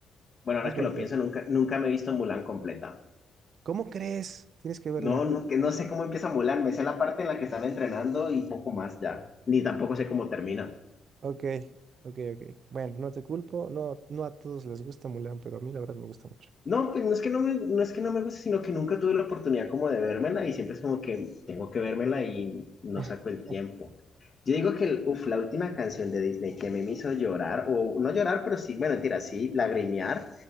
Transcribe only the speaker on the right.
¿Sabes
por
qué?
¿Cómo crees? Tienes que verla.
Ok, ok, ok. Bueno, no te culpo, no, no a todos les gusta Mulan, pero a mí la verdad me gusta mucho.
<laughs>